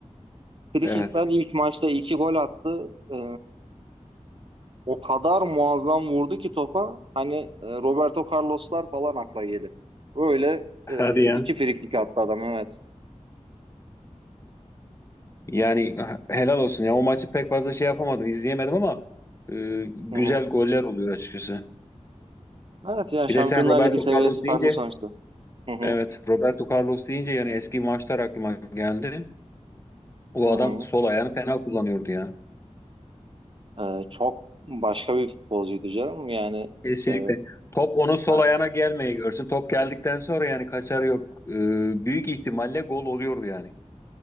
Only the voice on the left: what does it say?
evet.
Hadi ya.
Yani helal olsun ya. O maçı pek fazla şey yapamadım, izleyemedim ama e, güzel
goller oluyor açıkçası.
Bir de sen Roberto
Carlos
deyince,
evet, Roberto Carlos deyince yani eski maçlar aklıma geldi. O
adam sol ayağını fena kullanıyordu ya.
Kesinlikle.
Top onun sol ayağına
gelmeye görsün. Top geldikten sonra yani kaçarı yok. Ee, büyük ihtimalle gol oluyordu yani.